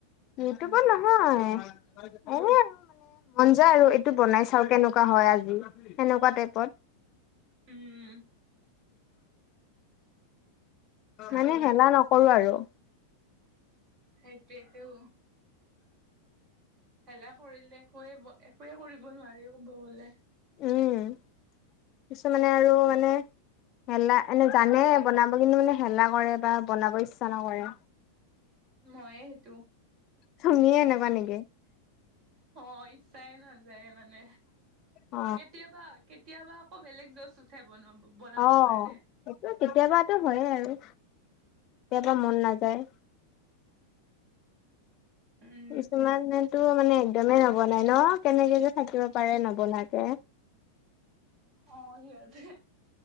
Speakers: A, on the left (about 35°); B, on the right (about 45°).
A: ইউটিউবত নহয়, এনে মন যায় আৰু, এইটো বনাই চাওঁ, কেনেকুৱা হয় আজি, সেনেকুৱা টাইপত। <inaudible>
B: উম ভাল
A: মানে হেলা নকৰো আৰু।
B: সেইটোৱে টো। হেলা কৰিলে একৈ, একোৱে কৰিব নোৱাৰি ক'ব গ'লে।
A: উম কিছুমানে আৰু মানে হেলা, এনে জানে বনাব কিন্তু মানে হেলা কৰে, বা বনাব ইচ্ছা নকৰে।
B: মইয়ে সেইটো,
A: তুমিয়ে এনেকুৱা নেকি?
B: হয়। চাই নাযায় মানে,
A: অ
B: কেতিয়াবা কেতিয়াবা আকৌ বেলেগ জচ উ ঠে বনাব বনাবৰ
A: অ
B: কাৰণে
A: সেইটো কেতিয়াবাতো হইয়ে আৰু, কেতিয়াবা মন নাযায়।
B: উম
A: কিছুমান মান টো মানে একদমেই নবনাই ন কেনেকে যে থাকিব পাৰে নবনাকে
B: অ সিহতে